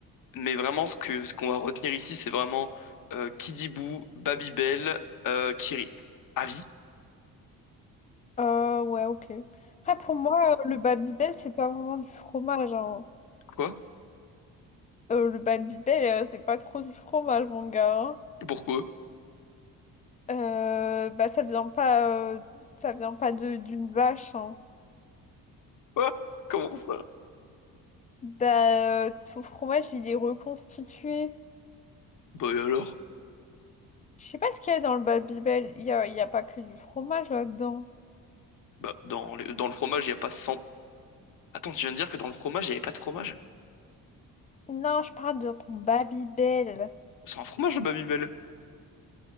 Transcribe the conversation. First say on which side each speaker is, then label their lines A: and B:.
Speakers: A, on the left (about 55°); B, on the left (about 20°).
A: Mais vraiment, ce que, ce qu'on va retenir ici, c'est vraiment euh, Kidibou, Babybel, euh, Kiri. Avis?
B: Euh, ouais, ok. Après pour moi, euh, le Babybel c'est pas vraiment du fromage, hein.
A: Quoi?
B: Euh, le Babybel euh, c'est pas trop du fromage, mon gars. hein.
A: Pourquoi?
B: Euh, bah ça vient pas, euh, ça vient pas de d'une vache, hein.
A: Quoi? Comment ça?
B: Bah euh, ton fromage il est reconstitué.
A: Bah et alors?
B: Je sais pas ce qu'il y a dans le Babybel, il y a, il y a pas que du fromage là-dedans.
A: Bah, dans le, dans le fromage, il n'y a pas cent Attends, tu viens de dire que dans le fromage, il n'y avait pas de fromage?
B: Non, je parle de ton Babybel.
A: C'est un fromage, le Babybel.